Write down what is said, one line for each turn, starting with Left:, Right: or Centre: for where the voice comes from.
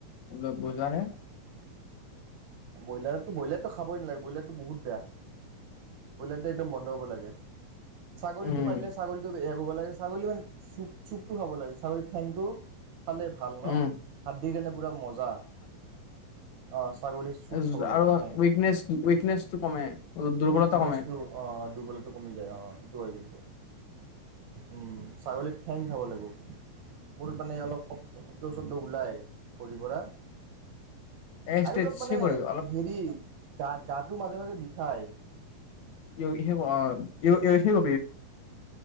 Left: লুট বজাৰে
Right: ব্ৰইলাৰতো ব্ৰইলাৰটো খাবই নালাগে ব্ৰইলাৰটো বহুত বেয়া ব্ৰইলাৰটো একদম বন্ধ হ'ব লাগে ছাগলীটো
Left: উম,
Right: পাৰিলে ছাগলীতো ছাগলী মানে চুপ চুপটো খাব লাগে ছাগলী থেংক টো খালে ভাল ন
Left: উম।
Right: হাত দি কাৰণে পুৰা মজা অঁ ছাগলী চুপ
Left: উজ
Right: খাব
Left: আৰু
Right: লাগে ঠেং
Left: উইকনেছ উইকনেছটো কমে দুৰ্বলতা
Right: উইকনেছটো
Left: কমে।
Right: অ দুৰ্বলতাটো কমি যায় অ সেইটো হয় কিন্তু। উম ছাগলীৰ ঠেং খাব লাগিব। মোৰ মানে অলপ শব্দ শব্দ ছব্দ ওলায় ভৰিৰ পৰা।
Left: এক্ট্ৰেছহে
Right: আৰু অলপ মানে
Left: কৰিব
Right: হেৰি গা গাটো মাজে মাজে বিষায়।
Left: <unintelligible> অ য়োগাতটো